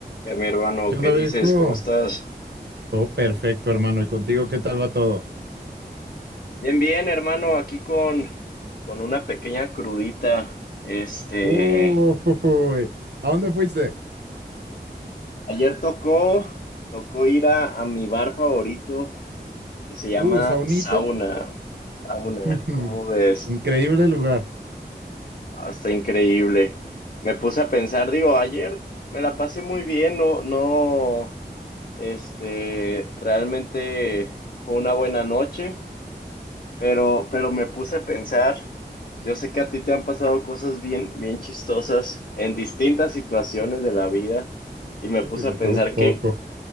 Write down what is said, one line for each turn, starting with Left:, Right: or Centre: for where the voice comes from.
Left: Ya, mi hermano,
Right: ¿Qué
Left: ¿qué
Right: onda,
Left: dices?
Right: viejo?
Left: ¿Cómo estás?
Right: Todo perfecto, hermano. ¿Y contigo qué tal va todo?
Left: Bien, bien, hermano, aquí con, con una pequeña crudita. Este,
Right: Uy, ¿a dónde fuiste?
Left: ayer tocó, tocó ir a, a mi bar favorito que se llama
Right: Uh, saunita.
Left: Sauna. Sauna,
Right: <laughs>
Left: ¿cómo ves?
Right: Increíble lugar.
Left: Ah, está increíble. Me puse a pensar, digo, ayer me la pasé muy bien, no, no, este, realmente fue una buena noche. Pero, pero me puse a pensar, yo sé que a ti te han pasado cosas bien, bien chistosas en distintas situaciones de la vida y me
Right: Uy,
Left: puse
Right: de
Left: a pensar
Right: todo un poco.
Left: qué,